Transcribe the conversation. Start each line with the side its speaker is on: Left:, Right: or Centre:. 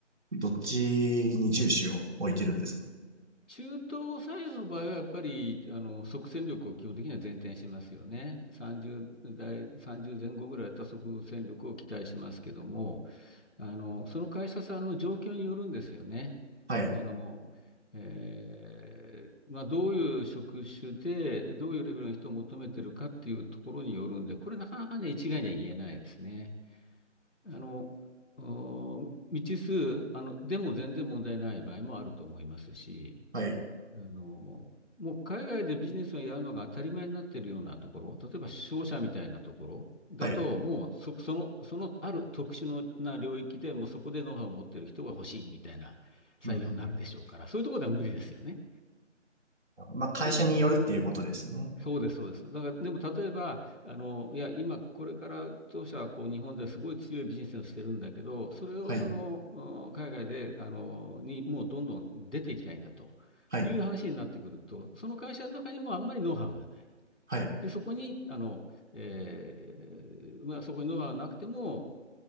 Right: どっちに重視を置いてるんですか
Left: 中東左右の場合はやっぱり、あの、即戦力を基本的には前提にしますよね。30代、30前後ぐらいだったら即戦力を期待しますけども、あの、その会社さんの状況によるんですよね。
Right: はい、
Left: あの、えーまあ、どういう職種で、どういうレベルの人を求めてるかっていうところによるんで、これなかなかね、一概には言えないですね。あの、お未知数、あの、でも全然問題ない場合もあると思いますし、
Right: はい、
Left: あの、もう海外でビジネスをやるのが当たり前になっているようなところ、例えば商社みたいなところだと、
Right: はい。
Left: もうそ、その、そのある特殊のな領域でもうそこでノウハウを持っている人が欲しいみたいな採用になるでしょうから、
Right: うんうんう
Left: そういうところでは無理ですよね。
Right: んまあ、会社によるっていうことですね。
Left: でもそうです、そうです。だから、でも例えば、あの、いや、今、これから当社はこう日本ですごい強いビジネスをしてるんだけど、それをそのうん海外で、
Right: はい、
Left: あの、にもうどんどん出ていきたいんだという話になってくると、
Right: はい、
Left: その会社の中にもうあんまりノウハウがない。
Right: はい。
Left: で、そこに、あの、えーまあ、そこにノウハウなくても、